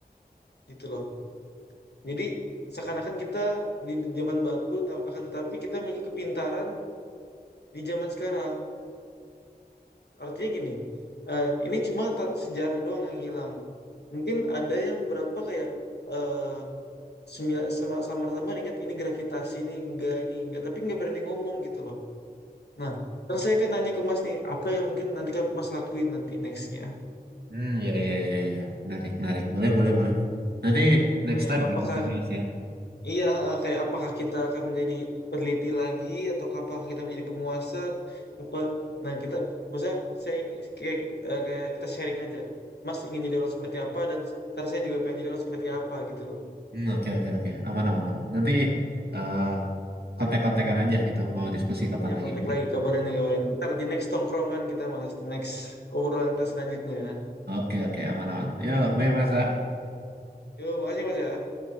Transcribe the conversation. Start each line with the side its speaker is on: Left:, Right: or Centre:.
Left: gitu loh. Jadi seakan-akan kita di zaman batu, ta- akan tetapi kita memiliki kepintaran di zaman sekarang. Artinya gini, eh, ini cuma ta- sejarah doang yang hilang. Mungkin ada yang berapa kayak eh sembi- sama- samar-samar ingat ini gravitasi, ini enggak, ini enggak, tapi enggak berani ngomong gitu loh. Nah, terus saya kan nanya ke Mas nih, apa yang mungkin nanti kan Mas lakuin nanti nextnya?
Right: Hmm, iya iya iya iya. Menarik menarik. Boleh boleh boleh. Nanti next
Left: Kayak
Right: time
Left: apakah
Right: ya kita bahas ya.
Left: Iya, eh, kayak apakah kita akan menjadi peneliti lagi atau apakah kita menjadi penguasa apa? Nah, kita maksudnya saya ingin kayak, eh, kayak kita sharing aja. Mas ingin jadi orang seperti apa dan ntar saya juga pengen jadi orang seperti apa gitu loh.
Right: Hmm, oke oke oke aman aman aman nanti eh kontak-kontakan aja gitu mau diskusi kapan
Left: Iya,
Right: lagi
Left: kontak lagi kabarin nih kabarin. Ntar di next tongkrongan kita Mas, next obrolan kita selanjutnya.
Right: oke oke oke aman aman yo bye masa
Left: Yo, makasih Mas ya.